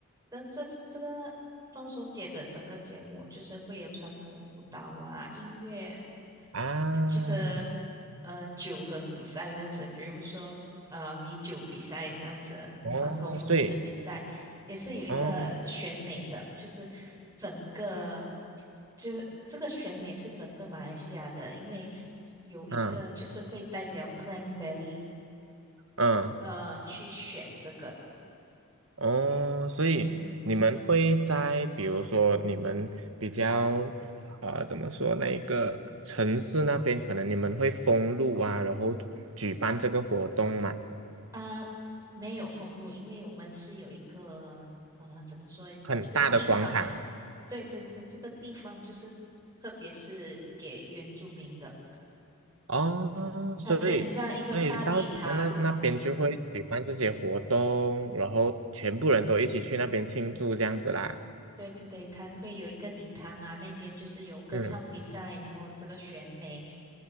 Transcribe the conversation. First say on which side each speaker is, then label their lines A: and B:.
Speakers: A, on the right (about 15°); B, on the right (about 65°).
A: 那这这个放手节的整个节目就是会有传统舞蹈啊、音乐，
B: 啊。
A: 呃就是呃酒和比赛这样子，比如说呃米酒比赛这样子，
B: 哦，
A: 传统服饰比赛也是有一个选美的，
B: 所以哦，
A: 就是整个。就是这个选美是整个马来西亚的，因为有一个就是会代表
B: 嗯
A: Klang Valley
B: 嗯，
A: 呃去选这个的，
B: 哦，所以你们会在比如说你们比较呃怎么说那个城市那边，
A: 嗯
B: 可能你们会封路啊，然后举办这个活动嘛，
A: 啊没有封路，因为我们是有一个呃怎么说一个地方，
B: 很大的广场
A: 对对对，这个地方就是特别是给原住民的，
B: 哦，所以所以到时候那那边就会举办这些活动，
A: 它是很像一个大礼堂。
B: 然后全部人都一起去那边庆祝这样子啦。
A: 对对对，它会有一个礼堂啊，那边就是有歌唱比赛，
B: 嗯
A: 然后这个选美，